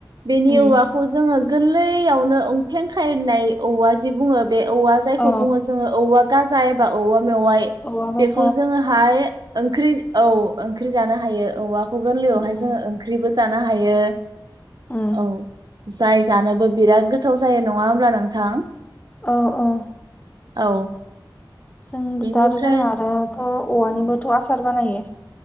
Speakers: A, on the right; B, on the left.
A: बेनि
B: उम
A: औवाखौ जोङो गोरलैयावनो उंफें खायनाय औवा जे बुङो बे औवा जायखौ
B: औ
A: बुङो जोङो औवा गाजा एबा औवा मेवाइ।
B: औवा गाज
A: खौ जोङोहाय ओंख्रि औ ओंख्रि जानो हायो औवाखौ गोरलैयावहाय
B: उम
A: जोंङो
B: उम
A: ओंख्रिबो जानो हायो।
B: उम
A: औ जाय जानोबो बिराद गोथाव जायो नङा होमब्ला नोंथां?
B: औ औ
A: औ
B: जोंबोथार
A: बेनिफ्राय
B: आरो जोंना आरोथ' औवानिबोथ' आसार बानायो।